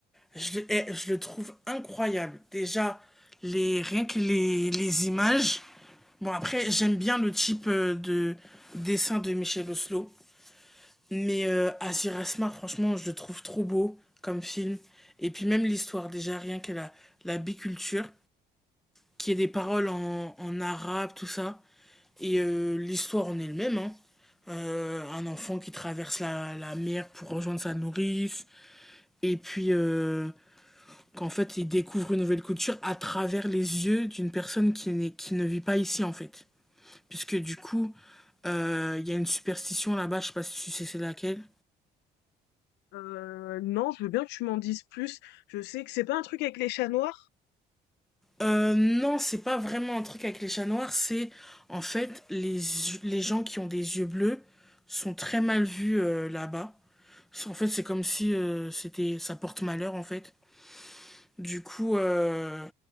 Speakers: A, in the centre; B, on the left.
A: Je le, eh, je le trouve incroyable. Déjà, les, rien que les, les images. Bon, après, j'aime bien le type euh, de dessin de Michel Oslo. Mais euh, Azir Asmar, franchement, je le trouve trop beau comme film. Et puis même l'histoire, déjà, rien que la, la biculture. qu'il y ait des paroles en, en arabe, tout ça. Et euh, l'histoire en elle-même, hein. Euh, un enfant qui traverse la, la mer pour rejoindre sa nourrice, et puis euh, qu'en fait il découvre une nouvelle culture à travers les yeux d'une personne qui, n'est- qui ne vit pas ici en fait. Puisque du coup, euh, il euh, y a une superstition là-bas, je sais pas si tu sais c'est laquelle,
B: Heu, non, je veux bien que tu m'en dises plus. Je sais que c'est pas un truc avec les chats noirs?
A: Euh, non, c'est pas vraiment un truc avec les chats noirs, c'est en fait les, les gens qui ont des yeux bleus sont très mal vus euh, là-bas. En fait, c'est comme si euh, c'était ça porte malheur en fait. Du coup, euh,